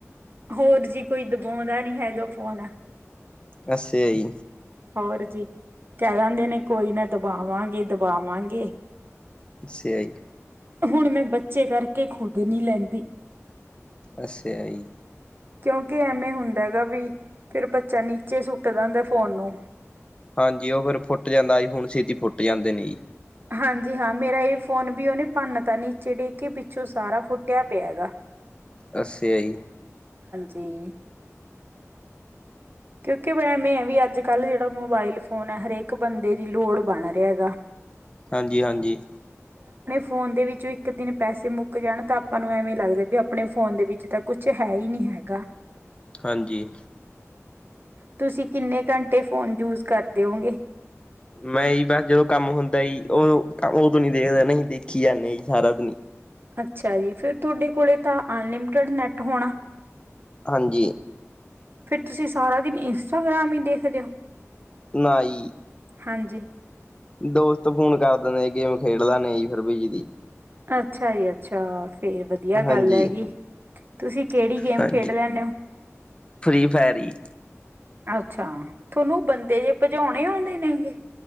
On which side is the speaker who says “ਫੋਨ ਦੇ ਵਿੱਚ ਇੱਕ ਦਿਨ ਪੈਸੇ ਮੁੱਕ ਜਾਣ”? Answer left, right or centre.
Right